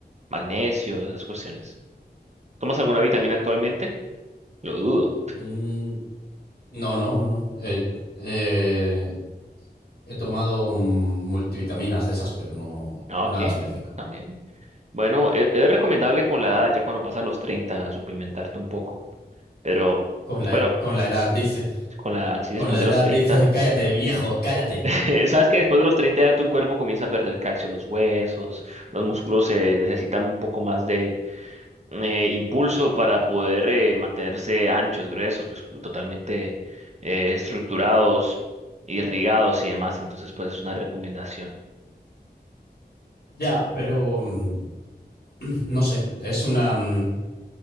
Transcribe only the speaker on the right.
magnesio, esas cuestiones. ¿Tomas alguna vitamina actualmente? Lo dudo.
Ah, ok,
bueno, también. Bueno, e- es, recomendable con la edad, ya cuando pasas los 30 suplementarte un poco. Pero
bueno,
con la edad, sí,
después
de
los 30,
<laughs> Sabes que después de los 30 ya tu cuerpo comienza a perder calcio, los huesos, los músculos se necesitan un poco más de eh, impulso para poder eh, mantenerse anchos, gruesos, pues totalmente eh, estructurados, irrigados y demás. Entonces, pues es una recomendación.